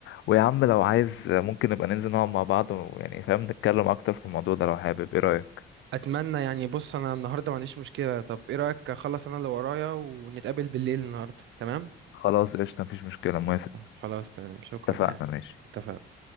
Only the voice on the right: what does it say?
أتمنى يعني بص أنا النهاردة ما عنديش مشكلة طب إيه رأيك أخلص أنا اللي ورايا ونتقابل بالليل النهاردة تمام
خلاص تمام شكرا
يعني
اتفقنا